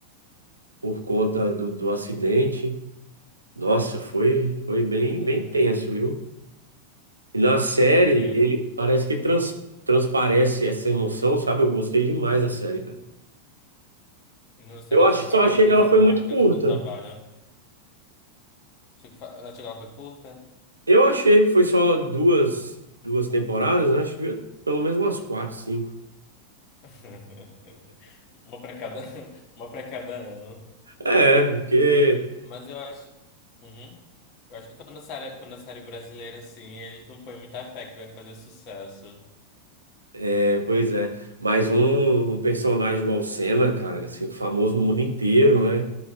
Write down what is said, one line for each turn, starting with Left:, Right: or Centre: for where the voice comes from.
Right: por conta do, do acidente. Nossa, foi foi bem
Left: Uhum.
Right: bem tenso, viu? E na série
Left: Imagino.
Right: ele parece que trans, transparece essa emoção, sabe? Eu gostei demais da série, cara.
Left: Você
Right: Eu
Left: acha
Right: acho,
Left: que
Right: só
Left: o ator
Right: achei
Left: fez
Right: que ela
Left: um
Right: foi
Left: bom,
Right: muito
Left: fez
Right: curta.
Left: um bom trabalho? Acho que, fa- acho que ela foi curta?
Right: Eu achei que foi só duas, duas temporadas, né? Acho que devia ter pelo menos umas quatro, cinco.
Left: <laughs> Uma para cada, <laughs> uma para cada ano.
Right: É, porque.
Left: Mas eu acho. Uhum. Eu acho que quando a série, quando a série brasileira, assim, eles não põem muita fé que vai fazer sucesso.
Right: É, pois é. Mais um, um personagem igual o Senna, cara, assim, famoso no mundo inteiro, né?